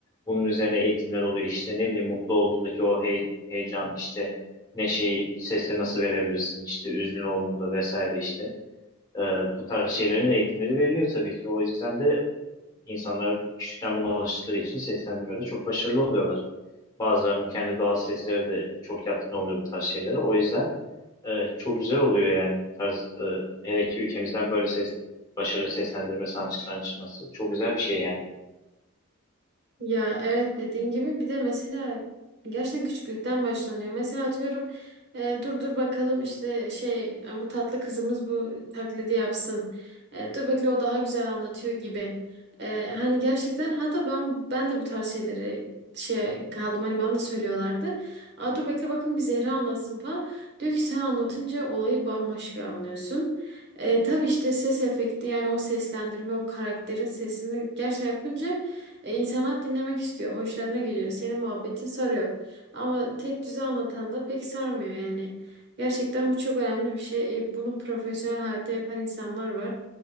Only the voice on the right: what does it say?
Ya evet dediğin gibi bir de mesela gerçekten küçüklükten başlanıyor. Mesela atıyorum e, dur dur bakalım işte şey e, bu tatlı kızımız bu taklidi yapsın. E, dur bekle o daha güzel anlatıyor gibi. E, hani gerçekten hatta ben ben de bu tarz şeyleri şey kaldım hani bana da söylüyorlardı. Aa, dur bekle bakın bir Zehra anlatsın falan. Diyor ki sen anlatınca olayı bambaşka anlıyorsun. E, tabii işte ses efekti yani o seslendirme o karakterin sesini gerçekten yapınca e, insanlar dinlemek istiyor, hoşlarına geliyor, Senin muhabbetin sarıyor. Ama tek düze anlatan da pek sarmıyor yani. Gerçekten bu çok önemli bir şey. E, bunu profesyonel hayatta yapan insanlar var.